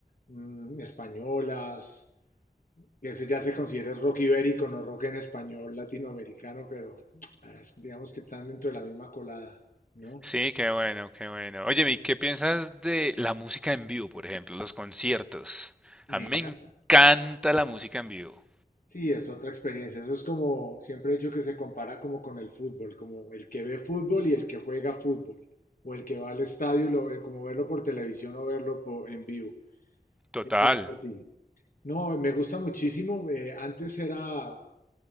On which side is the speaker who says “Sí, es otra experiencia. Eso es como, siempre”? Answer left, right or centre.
Left